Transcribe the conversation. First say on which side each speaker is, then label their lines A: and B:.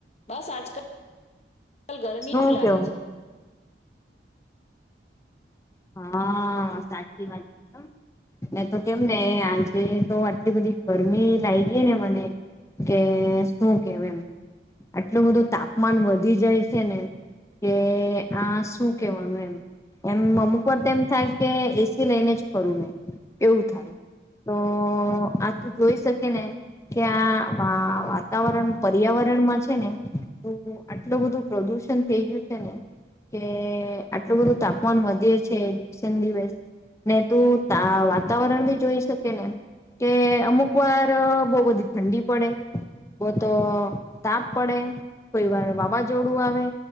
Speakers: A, on the left; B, on the left.
A: બસ આજકાલ ગરમી
B: શું
A: એવું લાગે
B: કેવું
A: છે.
B: હા સાચી વાત છે એ તો કેમ ને આજે તો આટલી બધી ગરમી લાગ ગઈ ને મને કે શું કેવ એમ આટલું બધું તાપમાન વધી જાય છે ને કે આ શું કેવાનું એમ એમ અમુક એ થાય કે એસી લઈને જ ફરું ને એવું થાય તો આ તું જોઈ શકે ને કે આ વાતાવરણ પર્યાવરણમાં છે ને તો આટલું બધું પ્રદુષણ થઈ ગયું છે ને કે આટલું બધું તાપમાન વધે છે. દિવસે દિવસ ને તું વાતાવરણ ભી જોઈ શકે ને કે અમુક વાર બહુ બધી ઠંડી પડે બહ તો તાપ પડે. કોઈ વાર વાવાઝોડું આવે